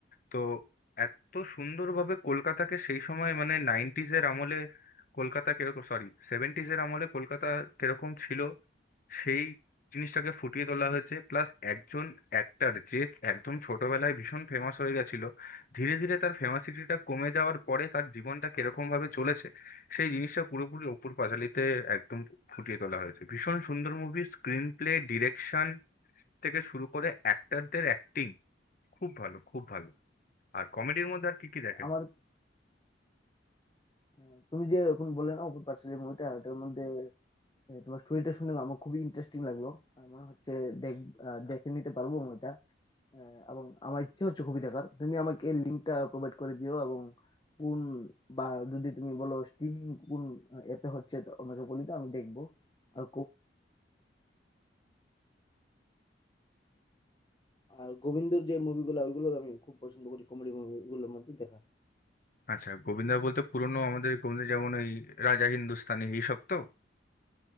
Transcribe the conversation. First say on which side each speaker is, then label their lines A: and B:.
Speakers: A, on the left; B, on the left.
A: তো এত সুন্দরভাবে কলকাতাকে সেই সময় মানে নাইনটিজ এর আমলে কলকাতা কিরকম সরি সেভেন্টিজ এর আমলে কলকাতা কিরকম ছিল সেই জিনিসটাকে ফুটিয়ে তোলা হয়েছে প্লাস একজন অ্যাক্টর যে একদম ছোটবেলায় ভীষণ ফেমাস হয়ে গেছিল ধীরে ধীরে তার ফেমাসিটিটা কমে যাওয়ার পরে তার জীবনটা কিরকম ভাবে চলেছে সেই জিনিসটা পুরোপুরি অপুর পাঁচালীতে একদম ফুটিয়ে তোলা হয়েছে ভীষণ সুন্দর মুভি স্ক্রিন প্লে ডিরেকশন থেকে শুরু করে অ্যাক্টরদের অ্যাক্টিং খুব ভালো খুব ভালো আর কমেডির মধ্যে আর কি কি দেখেন
B: আমার আহ, তুমি যে এখন বললে না অপুর পাঁচালী মুভিটা ওটার মধ্যে আহ, তোমার স্টোরিটা শুনে আমার খুবই ইন্টারেস্টিং লাগলো আমার মনে হচ্ছে দেখ আহ, দেখে নিতে পারবো মুভিটা আহ, এবং আমার ইচ্ছা হচ্ছে খুবই দেখার তুমি আমাকে লিঙ্কটা প্রোভাইড করে দিও এবং কোন বা যদি তুমি বলো স্ট্রিমিং কোন অ্যাপে হচ্ছে তো আমাকে বলে দাও আমি দেখবো আর কো- আর গোবিন্দর যে মুভিগুলো ওইগুলো আমি খুব পছন্দ করি কমেডি মুভিগুলোর মধ্যে দেখা
A: আচ্ছা গোবিন্দা বলতে পুরনো আমাদের গোবিন্দ যেমন ওই রাজা হিন্দুস্তানি এইসব তো